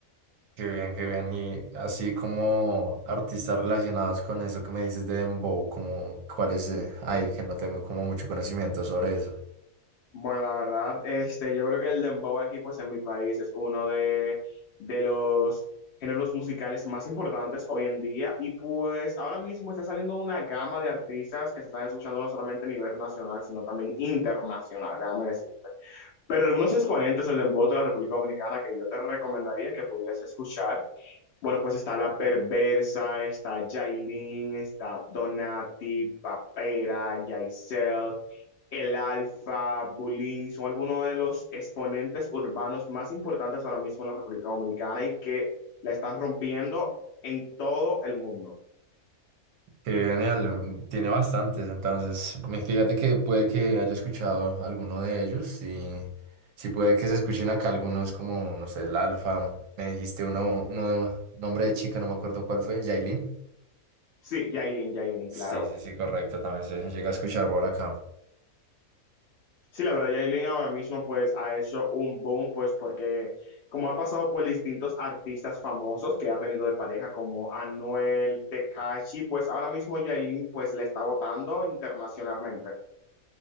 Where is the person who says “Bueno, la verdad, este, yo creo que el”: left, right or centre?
Left